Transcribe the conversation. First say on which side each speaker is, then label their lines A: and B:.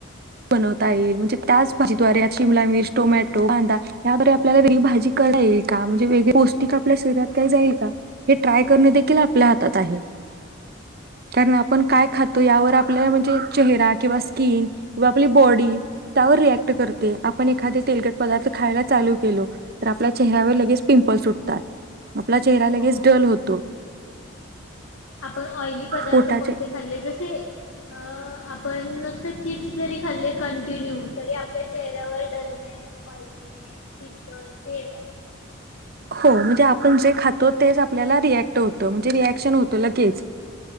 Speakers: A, on the right (about 50°); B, on the left (about 85°).
A: बनवता येइल म्हणजे त्याच भाजीद्वारे शिमला मिर्च, टोमॅटो, कांदा याद्वारे आपल्याला घरी भाजी करता येईल पौष्टिक आपल्या शरीरात काय जाईल का हे ट्राय करणे देखील आपल्या हातात आहे कारण आपण काय खातो
B: हो
A: यावर
B: बरोबर
A: आपलं म्हणजे
B: बोल
A: चेहरा किंवा स्किन किवा आपली बॉडी त्यावर रिएक्ट करते आपण एखाद तेलगट पदार्थ खायला चालू केलो तर आपल्या चेहऱ्यावर लगेच पिंपलस उठतात आपला चेहरा लगेच
B: हो.
A: डल होतो
B: आपण ऑइली पदार्थ
A: पोटाचे
B: कोणते खाल्ले जसे अ आपण नुसते चिप्स जरी खाल्ले कंटिन्यू तरी आपल्या चेहऱ्यावर डलनेस ऑयलनेस पिंपल्स हे येतात
A: हो म्हणजे आपण जे खातो तेच आपल्याला रिएक्ट होतं म्हणजे रिएक्शन होतं लगेच